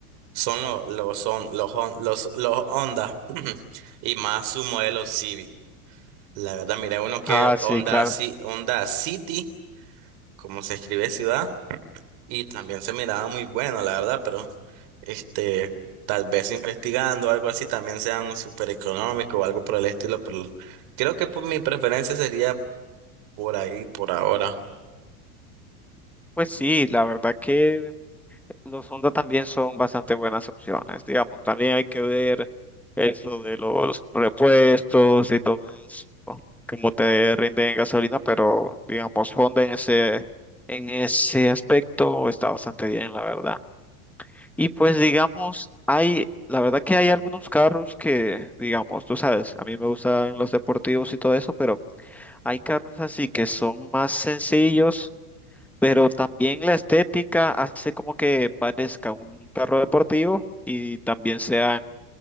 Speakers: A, on the right; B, in the centre.
A: Son los los son los Hon- los los Honda <clears throat> y más su modelo Civic. La verdad, miré uno que
B: Ah, sí,
A: Honda,
B: claro.
A: Ci- Honda City, como se escribe ciudad, y también se miraba muy bueno, la verdad, pero este tal vez investigando algo así también sea un súper económico o algo por el estilo, pero creo que pues, mi preferencia sería por ahí, por ahora.
B: Pues sí, la verdad que Los Honda también son bastante buenas opciones, digamos. También hay que ver es lo de los repuestos y todo eso, cómo te rinden en gasolina, pero digamos, Honda en ese, en ese aspecto está bastante bien, la verdad. Y pues digamos, hay, la verdad que hay algunos carros que, digamos, tú sabes, a mí me gustan los deportivos y todo eso, pero hay carros así que son más sencillos pero también la estética hace como que parezca un carro deportivo y también sean